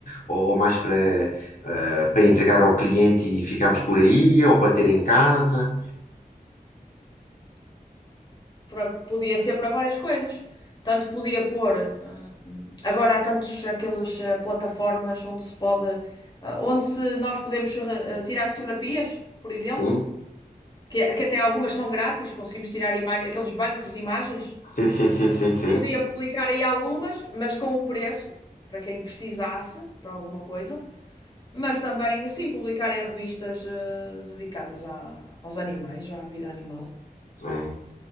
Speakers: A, on the left (about 65°); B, on the left (about 30°).
A: Ou, ou mais para, eh, para entregar ao cliente e ficarmos por aí? Ou para ter em casa?
B: para- podia ser para várias coisas. Tanto podia pôr, ah, agora há tantos aquelas ah, plataformas onde se pode, ah, onde se nós podemos ah, tirar fotografias, por exemplo,
A: Sim,
B: que, que até algumas são grátis, conseguimos tirar ima- aqueles bancos de imagens.
A: sim, sim, sim, sim, sim.
B: Podia publicar aí algumas, mas com um preço, para quem precisasse, para alguma coisa. Mas também, sim, publicar em revistas ah, dedicadas a aos animais, à vida animal.
A: É.